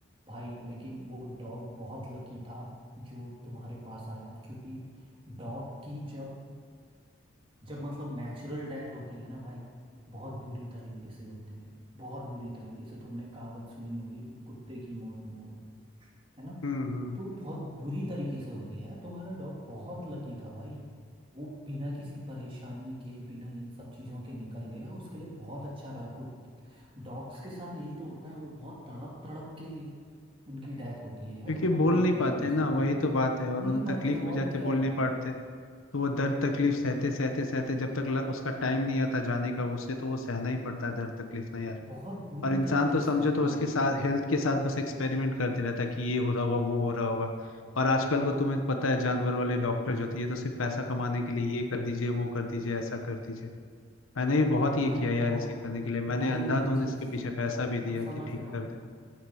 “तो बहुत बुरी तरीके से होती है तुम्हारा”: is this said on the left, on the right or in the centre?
Right